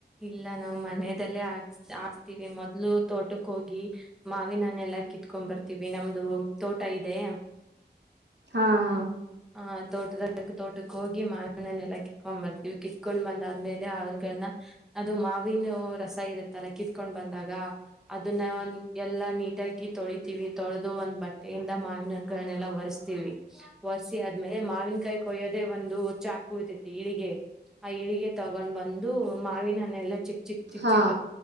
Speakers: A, in the centre; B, on the right.
A: ಇಲ್ಲ ನಾವ್ ಮನದಲ್ಲೇ ಹಕ್ ಹಾಕ್ತಿೀವಿ ಮೊದ್ಲು ತೋಟಕ್ ಹೋಗಿ ಮಾವಿನನ್ನ ಎಲ್ಲಾ ಕಿತ್ಕೊಂಡ್ ಬರ್ತೀವಿ ನಮ್ದು ತೋಟ ಇದೆ
B: ಹಾ ಹಾ
A: ಆಹ್ ತೋಟದ ತೋಟಕ್ಕೆ ಹೋಗಿ ಮಾವನನ್ನೆಲ್ಲಾ ಕಿತ್ಕೊಂಡ್ ಬರ್ತೀವಿ ಕಿತ್ಕೊಂಡ್ ಬಂದಾದ್ಮೇಲೆ ಅವ್ಗಳನ್ನ ಅದು ಮಾವಿನ ರಸ ಇರುತ್ತಲ್ಲ ಕಿತ್ಕೊಂಡ್ ಬಂದಾಗ ಅದನ್ನ ಎಲ್ಲಾ ನೀಟಾಗಿ ತೊಳಿತೀವಿ ತೊಳೆದು ಒಂದ್ ಬಟ್ಟೆಯಿಂದ ಮಾವಿನಗಳನ್ನೆಲ್ಲ ಒರೆಸ್ತೀವಿ ಒರೆಸಿ ಆದ್ಮೇಲೆ ಮಾವಿನಕಾಯಿ ಕೊಯ್ಯೋದೆ ಒಂದು ಚಾಕು ಇತತಿ ಇಳಿಗೆ ಆ ಇಳಿಗೆ ತಗೊಂಡ್ ಬಂದ್ ಮಾವಿನನ್ನೆಲ್ಲಾ ಚಿಕ್ ಚಿಕ್ ಚಿಕ್
B: ಹಾ
A: ಚಿಕ್